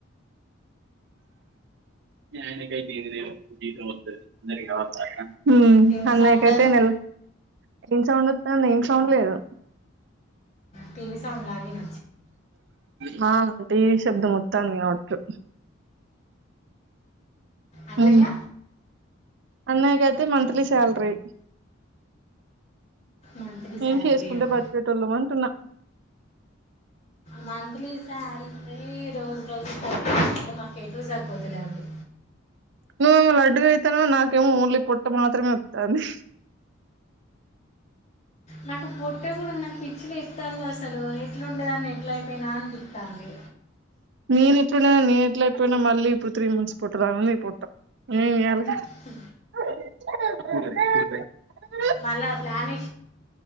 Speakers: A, on the right; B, on the left.
A: ననకై దర దేతుంది అందరి వత హ
B: ఏం
A: అన్నయకైతేనెల
B: సౌండ్ అది
A: ఎం సౌండ్ వస్త నం సౌండ్ లేదు
B: పటీవీ సాౌండ్గగిిన
A: హా ఈ శబ్దం మొత్తాన్ని మీ వట్ు
B: అన్నయ్య
A: అ అన్నయక అయితే మంత్లీ సాలరిీ
B: మంత్లీ శాలరీయా
A: ఏేం చేసుకుంటే బతుకెట్ వెళ్ళాం అంటున్నా
B: మంత్లీ శాలరీ రోజు రోజు తార్ మాకు ఎటువ సరిపోతులే అవి
A: నువ్వేమో లడ్డుగా అయితాన నాకేమో ఓన్లీ పొట్ట మాత్రమే వతంది
B: నాకు పొట్టేకూడదు నాకు పిచ్చిలు ఎస్తాంది అసలు ఎట్లు ఉండేదాన్ని ఎట్లా అయిపోయినా అని దిప్తాంది
A: నను ఎప్పుడుయినా నీ ఎట్లా ఎప్పుడుయినా మళ్ళీ ఇప్పుడు త్రీ మంత్స్ పోట్దా పోట్టా ఏ ఏలా
B: హ
A: యి
B: మళ్ళా ప్లాని